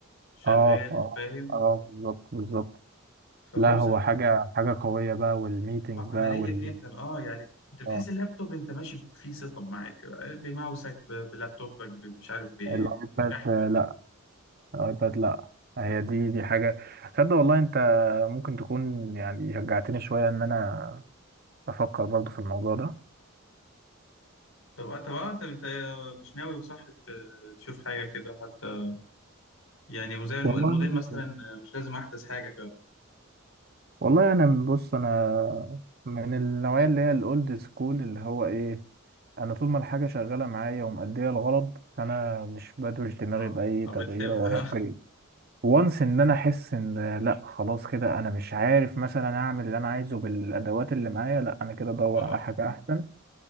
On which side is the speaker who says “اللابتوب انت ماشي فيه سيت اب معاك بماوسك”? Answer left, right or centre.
Left